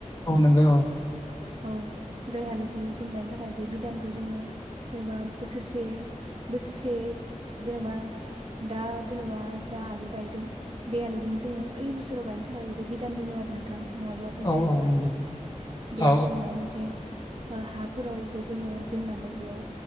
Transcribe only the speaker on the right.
औ जाय आलुखौ जों गायनो थाखाय बे बिदानखौ जोङो जेनेबा बोसोरसे बोसोरसे जेनेबा दा जेनेबा जा आलु गायदों बे आलुखौनो जोङो ओइ बोसोराव बायनो थाखाय बेखौ बिदान दोनो आरो नोंथां। नङाब्ला जों
बायनानैबो
लाबोयो।
बेयाव
जोङो माइबा मोनसे ओ हाफोरावबो जोङो दोननानै बेयाव